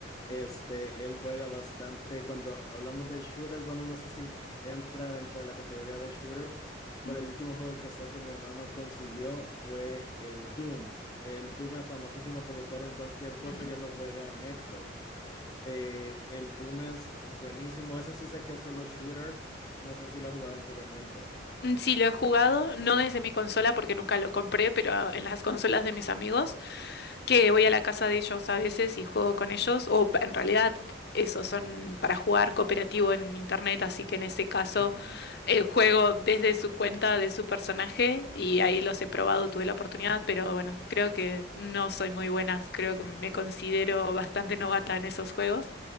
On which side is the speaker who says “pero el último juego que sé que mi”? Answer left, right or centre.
Left